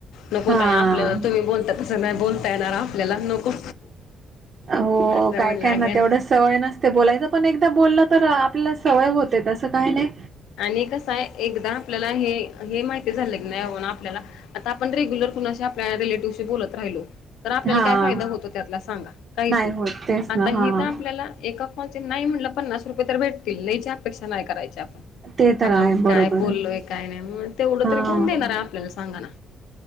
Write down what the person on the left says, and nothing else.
नको
ताई आपल्याला तुम्ही बोलता तसं नाही बोलता येणार आपल्याला नको.
असं
म्हण
लागेल
आणि कसं आहे एकदा आपल्याला हे हे माहिती झालं नाही आपल्याला, आता आपण रेगुलर कुणा आपल्या रिलेटिव्हशी बोलत राहिलो. तर आपल्याला
काय फायदा होतो त्यातला सांगा काहीच नाही.
आता
ही
तर आपल्याला एका कॉल चे नाही म्हटलं पन्नास रुपये तर भेटतील, लयची अपेक्षा नाही करायची आपण.
आपण
काय बोललोय
काय नाही म तेवढं
तरी कोण देणार आहे आपल्याला सांगाना.